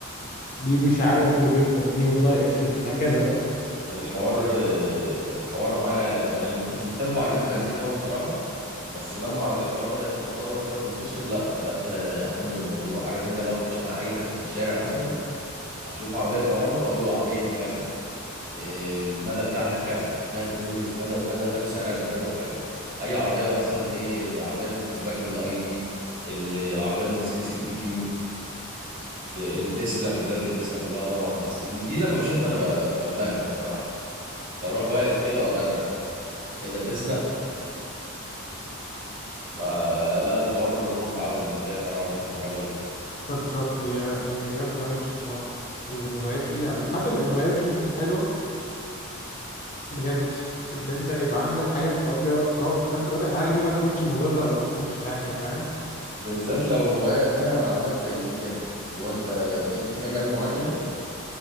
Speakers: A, on the left; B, on the right.
A: دي مش عارف نوبيا دي هونداي اكسنت هكذا بقى
B: الحوار آه، الحوار معايا يعني ما كنتش مهتم بعربيات البنزين قوي بصراحة بس لما عربيات الكهرباء بدأت تتطور كده وتنتشر لا بدأت آه، اهتم بالموضوع عارف انت لو أبقى ماشي مع اي حد في الشارع مثلا اشوف عربية كهرباء اقول له العربية دي كذا آه، المدى بتاعها كذا فيها تكنولوجيز كذا وكذا كذا سعرها بين كذا وكذا اي عربية بقى مثلا ايه عربية فولكس فاجن الاي دي ال- العربية المرسيدس الاي كيو التسلا موديلات التسلا كلها طبعا بس دي دي لما بشوفها انا ب- بنبهر بصراحة بروح واقف كده وابرق ايه ده تسلا فلا الحوار ممتع قوي بالنسبه لي حوار عربيات الكهرباء ده
A: سوبر تراك هي هي جامدة أوي بصراحة ال- الهوايات دي عامة الهوايات دي حلوة بجد اللي أنت يبقى عندك حاجة أنت تقضي بيها وقت فراغك في نفس الوقت الحاجة دي ما تكونش مضرة أو ما تكونش حاجة فاهم؟
B: بالذات لو هواية فيها معلومات زي دي كده اللي هو انت في في مجال معين